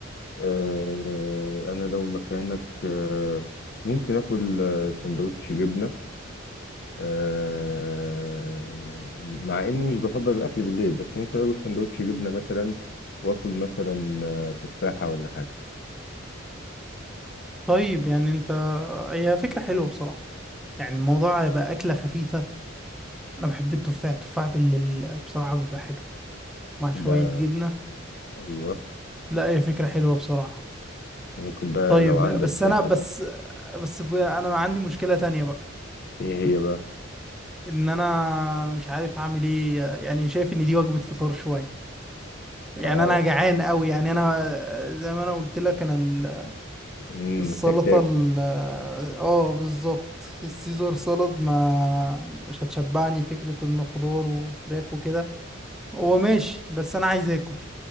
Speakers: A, on the left; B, in the centre.
A: آه، انا لو مكانك آه، ممكن اكل آه، سندوتش جبنه آه، مع اني مش بفضل الاكل بالليل بس ممكن اكل سندوتش جبنه مثلا واكل مثلا آه، تفاحه ولا حاجه
B: طيب يعني انت هي فكرة حلوة بصراحة يعني الموضوع هيبقى اكلة خفيفة انا بحب التفاح التفاح بال بصراحة بيبقى حلو مع شوية
A: ده
B: جبنة
A: ايوه
B: لا هي فكرة حلوة بصراحة
A: ممكن بقى
B: طيب
A: لو عندك
B: بس انا
A: انت
B: بس بس ب- انا عندي مشكلة تانية بقى
A: ايه هي بقى
B: ان انا مش عارف اعمل ايه يعني شايف ان دي وجبة فطار شوية يعني
A: اه
B: انا جعان قوي يعني انا زي ما انا قلت لك انا ال-
A: مم،
B: السلطة
A: محتاج تاكل
B: ال- اه بالظبط السيزر سالاد ما مش هتشبعني فكرة انه خضار وفراخ وكده هو ماشي بس انا عايز اكل